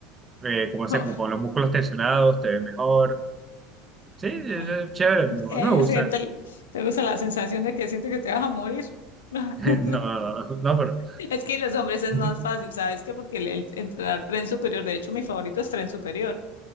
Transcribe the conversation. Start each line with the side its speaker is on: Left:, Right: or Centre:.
Right: eh, como sea,
Left: Oh,
Right: como con los músculos tensionados, te ves mejor. Sí, es
Left: ay,
Right: chévere,
Left: <laughs>
Right: me, me
Left: eh,
Right: gusta.
Left: siento- te gusta la sensación de que sientes que te vas a morir. <laughs>
Right: <laughs> No, no, no, pero.
Left: Es que los hombres es
Right: <laughs>
Left: más fácil, ¿sabes qué? Porque el, el entrenar tren superior, de hecho, mi favorito es tren superior.